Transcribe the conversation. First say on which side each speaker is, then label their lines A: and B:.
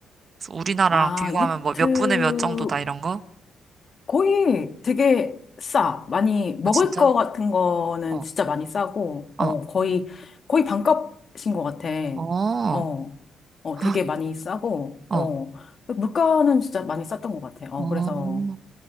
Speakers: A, on the right; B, on the left.
A: 그래서 우리나라랑
B: 아,
A: 비교하면
B: 이집트
A: 뭐 몇 분의 몇 정도다 이런 거?
B: 거의 되게 싸. 많이, 먹을
A: 아, 진짜?
B: 거 같은 거는
A: 어,
B: 진짜 많이 싸고,
A: 어,
B: 어, 거의, 거의 반값인 것 같아.
A: 어,
B: 어, 어, 되게
A: 헉,
B: 많이 싸고,
A: 어,
B: 어, 물가는 진짜 많이 쌌던 것 같아. 어,
A: 어,
B: 그래서